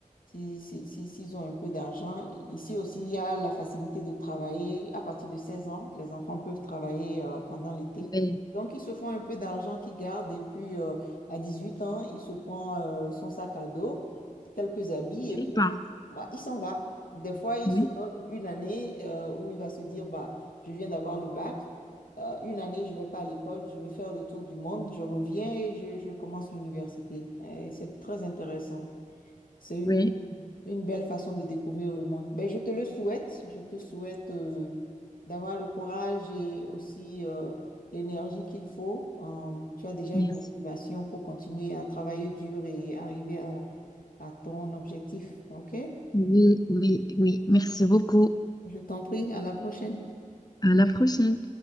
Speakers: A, on the left; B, on the left.
A: si, si, si- s'ils ont un peu d'argent. Ici aussi, il y a la facilité de travailler à partir de 16 ans. Les enfants peuvent travailler euh, pendant l'été.
B: Oui.
A: Donc, ils se font un peu d'argent qu'ils gardent. Et puis, euh, à 18 ans, il se prend euh, son sac à dos, quelques habits,
B: Et
A: et puis,
B: pas.
A: voilà, il s'en va. Des fois, il
B: Oui,
A: se donne une année euh, où il va se dire, bah, je viens d'avoir le bac, euh, une année, je ne vais pas à l'école, je vais faire le tour du monde, je reviens et je, je commence l'université. Euh, Et c'est très intéressant. C'est une,
B: oui,
A: une belle façon de découvrir le monde. Ben, je te le souhaite. Je te souhaite euh, d'avoir le courage et aussi euh, l'énergie qu'il faut. Euh, tu as déjà
B: merci.
A: une motivation pour continuer à travailler dur et arriver à à ton objectif. OK?
B: Oui, oui, oui. Merci beaucoup.
A: Je t'en prie, à la prochaine.
B: À la prochaine.